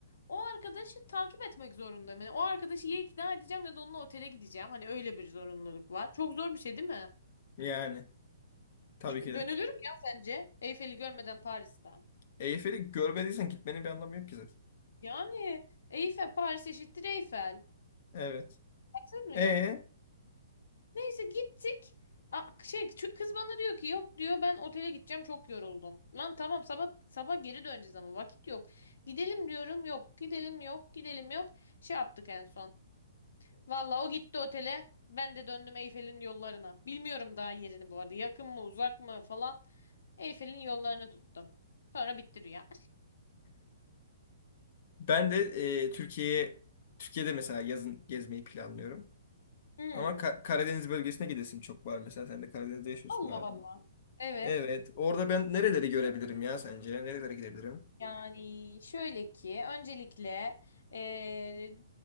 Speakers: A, on the left; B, on the left.
A: O arkadaşı takip etmek zorundayım. Yani o arkadaşı ya ikna edeceğim ya da onunla otele gideceğim. Hani öyle bir zorunluluk var. Çok zor bir şey değil mi?
B: Yani tabii
A: Gi-
B: ki de.
A: Dönülür mü ya sence? Eyfel'i görmeden Paris'ten.
B: Eyfel'i görmediysen gitmenin bir anlamı yok ki zaten.
A: Yani Eyfel Paris eşittir Eyfel.
B: Evet.
A: Haksız mıyım?
B: E
A: Neyse gittik. A- şey ç- kız bana diyor ki yok diyor ben otele gideceğim çok yoruldum. Lan tamam sabah sabah geri döneceğiz ama vakit yok. Gidelim diyorum yok gidelim yok gidelim yok. Şey yaptık en son. Valla o gitti otele. Ben de döndüm Eyfel'in yollarına. Bilmiyorum daha yerini bu arada. Yakın mı uzak mı falan. Eyfel'in yollarını tuttum. Sonra bitti rüya.
B: Ben de e, Türkiye'ye Türkiye'de mesela yazın gezmeyi planlıyorum.
A: Hmm.
B: Ama Ka- Karadeniz bölgesine gidesim çok var. Mesela sen de Karadeniz'de yaşıyorsun
A: Allah
B: galiba.
A: Allah. Evet.
B: Evet. Orada ben nereleri görebilirim ya sence? Nerelere gidebilirim?
A: Yani şöyle ki öncelikle eee,